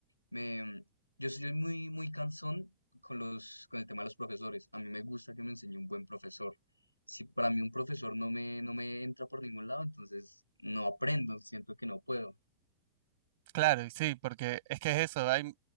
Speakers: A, on the left; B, on the right.
A: me, yo soy muy, muy cansón con los, con el tema de los profesores, a mí me gusta que me enseñe un buen profesor si para mí un profesor no me, no me entra por ningún lado, entonces no aprendo, siento que no puedo.
B: Claro, y sí, porque es que es eso, hay,